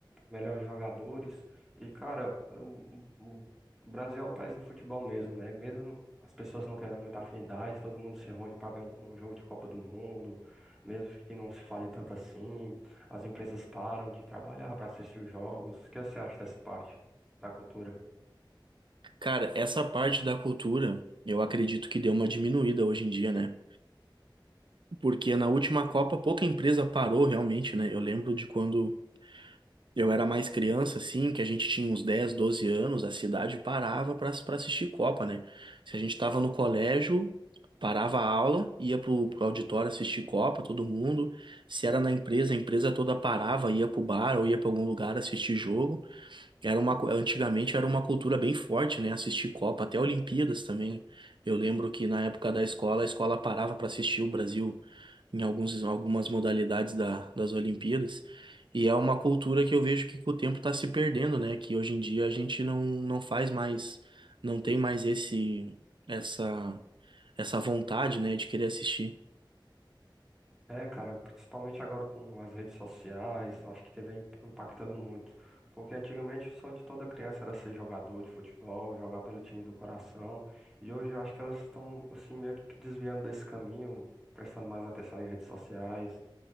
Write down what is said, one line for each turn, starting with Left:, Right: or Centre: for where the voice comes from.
Centre: melhores jogadores. E, cara, o, o- o Brasil é o país do futebol mesmo, né? Mesmo as pessoas não tendo muita afinidade, todo mundo se reúne para ver um, um jogo de Copa do Mundo, mesmo que não se fale tanto assim. As empresas param de trabalhar para assistir os jogos. O que você acha dessa parte da cultura?
Right: Cara, essa parte da cultura, eu acredito que deu uma diminuída hoje em dia, né? Porque na última Copa pouca empresa parou realmente, né? Eu lembro de quando Eu era mais criança, assim, que a gente tinha uns 10 12 anos, a cidade parava para assistir Copa, né? Se a gente tava no colégio, parava a aula, ia pro, pro auditório assistir Copa, todo mundo. Se era na empresa, a empresa toda parava, ia pro bar ou ia pra algum lugar assistir jogo. Era uma, cu- antigamente era uma cultura bem forte, né? Assistir Copa, até Olimpíadas também. Eu lembro que na época da escola, a escola parava para assistir o Brasil em alguns, algumas modalidades da, das Olimpíadas. E é uma cultura que eu vejo que com o tempo está se perdendo, né? Que hoje em dia a gente não, não faz mais, não tem mais esse, essa, essa vontade, né, de querer assistir.
Centre: É, cara, principalmente agora com as redes sociais, eu acho que teve im- impactando muito. Porque antigamente o sonho de toda criança era ser jogador de futebol, jogar pelo time do coração. E hoje eu acho que elas estão, assim, meio que desviando desse caminho, prestando mais atenção em redes sociais.